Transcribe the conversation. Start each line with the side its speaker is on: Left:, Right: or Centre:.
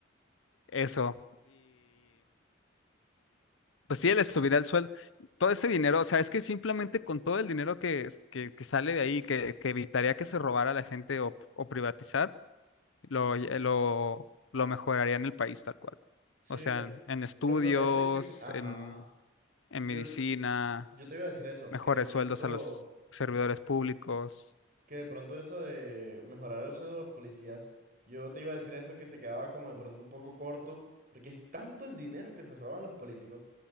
Left: eso. Pues sí, les subirá el sueldo. Todo ese dinero, o sea, es que simplemente con todo el dinero que, que, que sale de ahí, que, que evitaría que se robara la gente o, o privatizar, lo, eh, lo, lo mejoraría en el país tal cual.
Right: Sí,
Left: O sea,
Right: es
Left: en,
Right: que,
Left: en estudios,
Right: por ejemplo, ese que, pl- ajá,
Left: en, en
Right: yo,
Left: medicina,
Right: yo te iba a decir eso,
Left: mejores
Right: que de pronto,
Left: sueldos a los servidores públicos.
Right: que de pronto eso de mejorar el sueldo de los policías, yo te iba a decir eso que se quedaba como de pronto un poco corto, porque es tanto el dinero que se roban los políticos